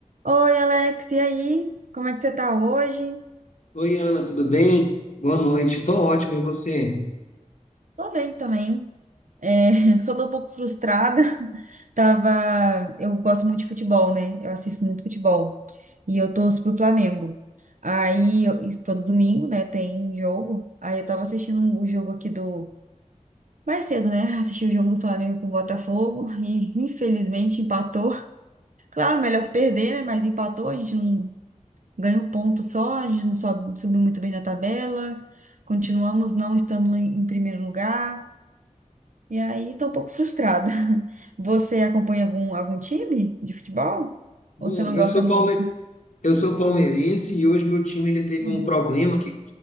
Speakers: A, on the right (about 70°); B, on the left (about 60°).
A: Oi, Alex, e aí? Como é que você tá hoje?
B: Oi, Ana, tudo bem? Boa noite. Tô ótimo, e você?
A: Tô bem também. É, <laughs> só tô um pouco frustrada. <laughs> Tava, eu gosto muito de futebol, né? Eu assisto muito futebol. E eu torço pro Flamengo. Aí, eu- e todo domingo, né, tem jogo. Aí eu tava assistindo o jogo aqui do mais cedo, né? Assisti o jogo do Flamengo com o Botafogo <laughs> e infelizmente empatou. Claro, melhor que perder, né? Mas empatou, a gente não Ganha um ponto só, a gente não sobe, subiu muito bem na tabela, continuamos não estando em em primeiro lugar, e aí tô um pouco frustrada. <laughs> Você acompanha algum, algum time de futebol?
B: Bom,
A: Ou você não
B: eu
A: gosta
B: sou
A: muito?
B: palme... eu sou palmeirense e hoje meu time ele teve
A: Nossa.
B: um problema que